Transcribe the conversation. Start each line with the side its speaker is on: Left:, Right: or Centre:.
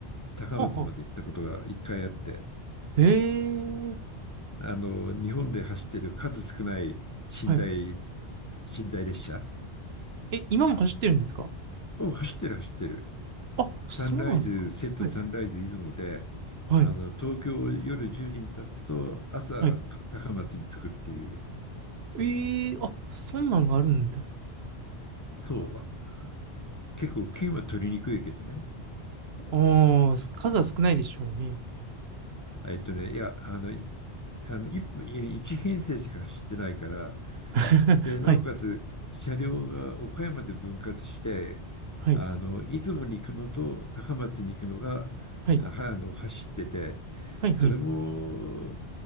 Left: 高松まで行ったことが一回あって、
Right: はあはん。ええ
Left: あの、日本で走ってる数少ない寝台、
Right: はい。
Left: 寝台列車
Right: え、今も走ってるんですか
Left: を走ってる走ってる。
Right: あ、
Left: サンライズ瀬戸、
Right: そうなんですか。はい。
Left: サンライズ出雲で、
Right: はい。
Left: あの、東京を夜10時に立つと朝高松に着くっていう、
Right: はい。ええあ、そんなんがあるんだ。
Left: そう。結構県は取りにくいけどね。
Right: おー、数は少ないでしょうね。
Left: えっとね、いや、あの、あの1分、いや一編成しか走ってないから、
Right: <laughs>
Left: で、なおかつ車両が岡山で分割して、
Right: はい、はい、
Left: あの、出雲に行くのと高松に行くのが、
Right: はい、
Left: はあの、走ってて、
Right: はい、
Left: それも、
Right: はい。